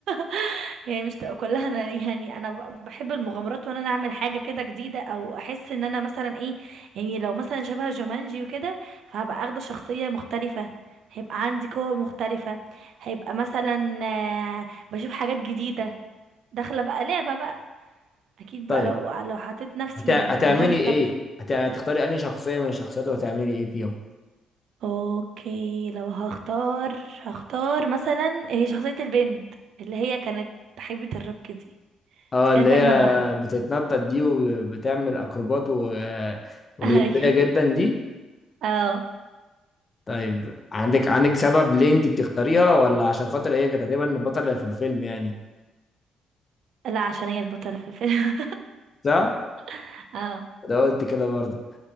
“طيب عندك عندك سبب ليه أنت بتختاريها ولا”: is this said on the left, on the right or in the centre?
Left